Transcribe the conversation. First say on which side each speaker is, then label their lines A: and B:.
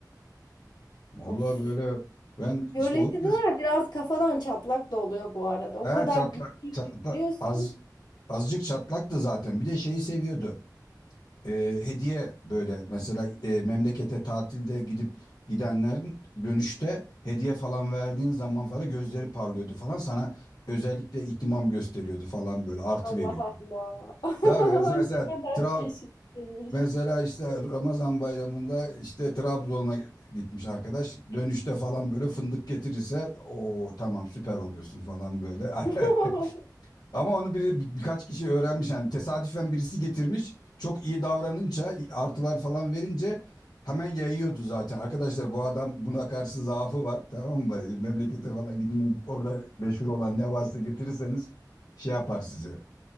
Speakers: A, on the left; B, on the left.
A: Vallahi
B: Of.
A: böyle ben
B: Biyolojiler
A: işte o yüzden
B: biraz kafadan çatlak da oluyor bu arada. O
A: he
B: kadar
A: çatlak,
B: bilgi
A: çatlak
B: yüklüyorsun.
A: az azıcık çatlaktı zaten. Bir de şeyi seviyordu. e, hediye böyle mesela e, memlekete tatilde gidip gidenlerin dönüşte hediye falan verdiğin zaman falan gözleri parlıyordu falan sana özellikle ihtimam gösteriyordu falan böyle artı
B: Allah
A: veriyordu.
B: Allah. <laughs>
A: Tabii mesela,
B: Ne
A: mesela
B: kadar
A: Tra-
B: değişikmiş.
A: mesela işte Ramazan bayramında işte Trabzon'a gitmiş arkadaş dönüşte falan böyle fındık getirirse o tamam süper oluyorsun falan böyle
B: <laughs>
A: <laughs> Ama onu biri bir- birkaç kişi öğrenmiş yani tesadüfen birisi getirmiş. Çok iyi davranınca artılar falan verince hemen yayıyordu zaten. Arkadaşlar bu adam buna karşı zaafı var tamam mı? E, Memlekete falan gidin orada meşhur olan ne varsa getirirseniz şey yapar size.